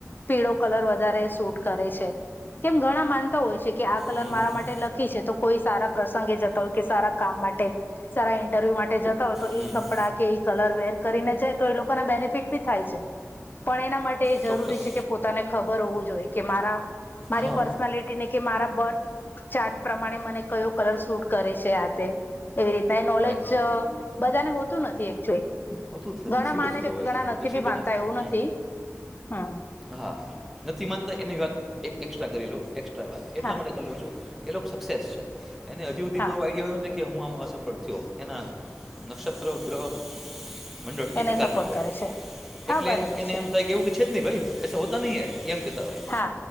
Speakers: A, on the left; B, in the centre.
A: પીળો કલર વધારે સૂટ કરે છે, કેમ ઘણા માનતા હોય છે, કે આપ કલર
B: હમ
A: મારા
B: હમ
A: માટે
B: હમ
A: લખે છે, તો કોઈ સારા પ્રસંગે જતા હોકે સારા કામ માટે સારા ઇન્ટરવ્યુ માટે જતા હોય તોએ
B: હમ હમ
A: કલર વેર કરીને જાય તોએ લોકોના બેનિફિટ ભી થાય છે, પણ એના માટ
B: ચોક્કસ
A: જરૂરી છે, કે પોતાને ખબર હોવું જોઈએ કે મારા મારી
B: હા
A: પર્સનાલિટી કે મારા બર્થ ચાર્ટ પ્રમાણે મને કયો કલર શૂટ કરે છે, આતે એવી રીતના એ નોલેજ
B: રાઈટ
A: બધાને હોતું નથી, એકચુલી
B: હોતું જ નથી
A: ઘણા
B: ઝીરો
A: માને
B: ઝીરો
A: છે,
B: હોય
A: ઘણા
B: ને
A: નથી
B: પછી
A: ભી
B: બધાને
A: માનતા એવું
B: હમ
A: નથી, હુ
B: હા નથી માનતા એની વાત એક એક્સ્ટ્રા કરી લઉં એકક્સ્ટ્રા વાત એટલા
A: હા
B: માટે કરી લઉં છુ. એ લોકો સક્સેસ છે, એને હજી સુધી
A: હા
B: મારે વાઈ જવાએ નથી. કેહું આમાં અસફળ થયો એના નક્ષત્ર ગ્રહ મંડળ એ
A: એને
B: પ્રકારના
A: સપોર્ટ
B: હોય
A: કરે છે
B: એટલે
A: હા બરાબર
B: એને
A: છે
B: એમ થાય કે એવું કે છે, જ નહીં ભાઈ એ હોતા નહિ, એમ કેમ કેતા હોય
A: હા